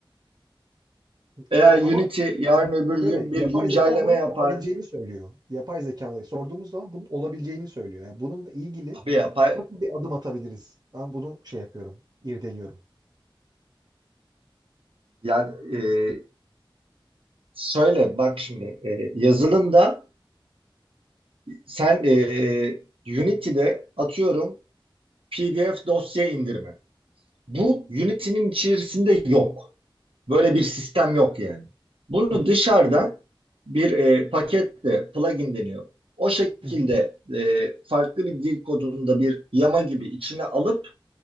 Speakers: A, on the right (about 80°); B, on the right (about 50°).
A: Veya
B: Ya
A: Unity
B: ama
A: yarın
B: şimdi
A: öbür
B: şöyle
A: gün bir
B: yapay
A: güncelleme
B: zeka bunun
A: yapar.
B: olabileceğini söylüyor. Yapay zekaya sorduğumuz zaman bunun olabileceğini söylüyor. Yani bununla ilgili
A: Tabii yapar.
B: nasıl bir adım atabiliriz? Ben bunu şey yapıyorum, irdeliyorum.
A: Yani e, söyle bak şimdi e, yazılımda sen e, Unity'de atıyorum PDF dosya indirme. Bu Unity'nin içerisinde yok. Böyle bir sistem yok yani. Bunu
B: Hı hı.
A: dışarıdan bir e, paketle plugin deniyor. O şekilde
B: Hı hı. Hı. hı.
A: e, farklı bir dil kodunda bir yama gibi içine alıp